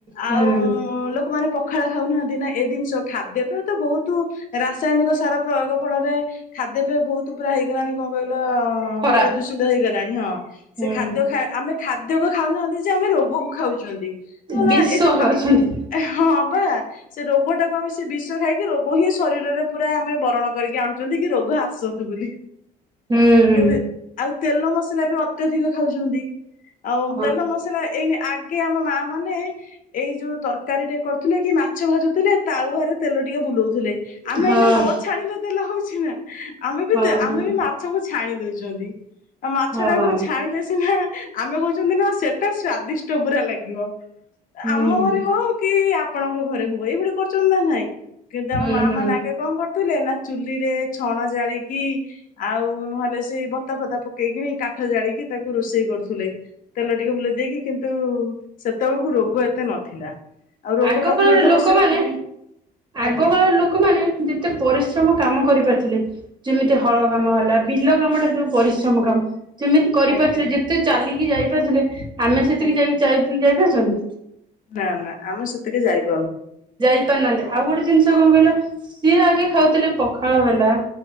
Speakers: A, on the left; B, on the right.
A: ଆଉ
B: ହୁଁ
A: ଲୋକମାନେ ପ ପଖାଳ ଖାଉନାହାନ୍ତି ନା ଏ ଜିନିଷ ଖାଦ୍ୟ ପେୟ ତ ବହୁତ ରାସାୟନିକ ସାର ପ୍ରୟୋଗ ଫଳରେ ଖାଦ୍ୟ ପେୟ ବହୁତ ପୁରା ହେଇଗଲାଣି କଣ କହିଲୁ
B: ଖରାପ
A: ପୁରା ଦୂଷିତ ହେଇଗଲାଣି ହଁ ସେ
B: ହୁଁ
A: ଖାଦ୍ୟ ଖା ଆମେ ଖାଦ୍ୟ କୁ ଖାଉନାହାନ୍ତି ଯେ ଆମେ ରୋଗକୁ ଖାଉଛନ୍ତି ଦେଖୁନ
B: ବିଷ
A: ଏଯୋଉ
B: ଖାଉଛନ୍ତି
A: ବା ହଁ ସେ ରୋଗ ଟାକୁ ଆମେ ସେ ବିଷ ଖାଇକି ରୋଗ ହିଁ ଶରୀରରେ ପୁରା ଆମେ ବରଣ କରିକି ଆଣୁଛୁ ଛନ୍ତି କି ରୋଗ ଆସତୁ ବୋଲି
B: ହୁଁ
A: କିନ୍ତୁ ଆଉ ତେଲ ମସଲା ବି ଅତ୍ୟଧିକ ଖାଉଛନ୍ତି ଆଉ
B: ହଁ
A: ତେଲ ମସଲା ଏଇନେ ଆଗେ ଆମ ମା ମାନେ ଏଇ ଯୋଉ ତରକାରୀ ଟେ କରୁଥିଲେ କି ମାଛ ଭାଜୁଥିଲେ ତାଉଆରେ ତେଲ ଟିକେ ବୁଲଉ ଆମେ
B: ହଁ
A: ଏ ନ ଛାଣିଲେ ତେଲେ ହଉଛି ନା ଆମେ ବି
B: ହଁ ହଁ
A: ଆମେ
B: ହୁଁ
A: ବି ମାଛକୁ ଛାଣି ଦଉଛନ୍ତି। ଆଉ ମାଛ
B: ହଁ
A: ଟାକୁ ଛାଣିଲେ ସିନା ହା ଆମେ କହୁଛନ୍ତି ନା ସେଟା ସ୍ଵାଦିଷ୍ଟ ପୁରା ଲାଗିବ
B: ହୁଁ
A: ଆମ ଘରେ ହଉ କି ଆ ଆପଣଙ୍କ ଘରେ ହଉ ଏଇଭଳି କରୁଛନ୍ତି ନା ନହିଁ କିନ୍ତୁ ଆମ
B: ହୁଁ
A: ମା ମାନେ ଆଗେ କଣ କର କଥିଲେ ନା ଚୁଲି ରେ ଛଣ ଜାଳିକି ଆଉ ନହେଲେ ସେଇ ବତା ଫତା ପକେଇକିରି କା କାଠ ଜାଳିକି ତାକୁ ରୋଷେଇ କରୁ ତେଲ ଟିକେ ବୁଲେଇ ଦେଇକି କିନ୍ତୁ ସେତେବେଳକୁ ରୋଗ ଏତେ ନଥିଲା। ଆଉ ରୋଗ
B: ଆଗ
A: ପ୍ରତିରୋଧକ
B: କାଳରେ ଲୋକମାନେ
A: ଶକ୍ତି ବି
B: ଆଗକାଳ
A: ଆଜ୍ଞା
B: ଲୋକମାନେ ଯେତେ ପରିଶ୍ରମ କାମ କରିପାର ଥିଲେ ଯେମିତି ହଳ କାମ ହେଲା ବିଲ କାମ ଟା ଯୋଉ ପରିଶ୍ରମ କାମ ଯେମିତି କରିପାରୁଥିଲେ
A: ଆଜ୍ଞା
B: ଯେତେ ଚାଲିକି ଯାଇପାରୁଥିଲେ ଆମେ ସେତିକି
A: ଆଜ୍ଞା।
B: ଯାଇକିି ଯାଇପାରୁଛନ୍ତି।
A: ନା ନା ଆର ସେଥିକି ଯାଇ
B: ଯାଇପାରୁନାହାନ୍ତି ଆଉ ଗୋଟେ ଜିନିଷ କଣ କହିଲ ସିଏ ଆଗେ ଖାଉଥିଲେ ପଖାଳ ହେଲା